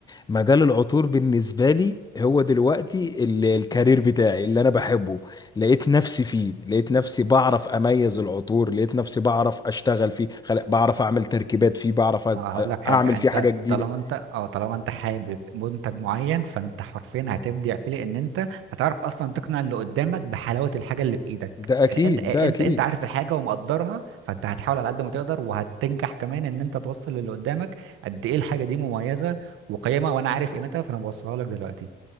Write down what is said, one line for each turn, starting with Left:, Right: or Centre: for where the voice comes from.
Left: مجال العطور بالنسبة لي هو دلوقتي ال- الكارير بتاعي اللي انا بحبه لقيت نفسي فيه لقيت نفسي بعرف اميز العطور لقيت نفسي بعرف اشتغل فيه خل- بعرف اعمل تركيبات فيه بعرف
Right: اه
Left: أ-
Right: هقول لك حاجة
Left: اعمل
Right: انت
Left: فيه حاجة جديدة
Right: طالما انت اه طالما انت حابب منتج معين فانت حرفيا هتبدع فيه لان انت هتعرف اصلا تقنع اللي قدامك بحلاوة الحاجة اللي في ايدك
Left: ده
Right: يعني
Left: اكيد
Right: انت انت
Left: ده اكيد
Right: انت عارف الحاجة ومقدرها فانت هتحاول على قد ما تقدر وهتنجح كمان ان انت توصل للي قدامك قد ايه الحاجة دي مميزة وقيمة وانا عارف قيمتها فانا بوصلها لك دلوقتي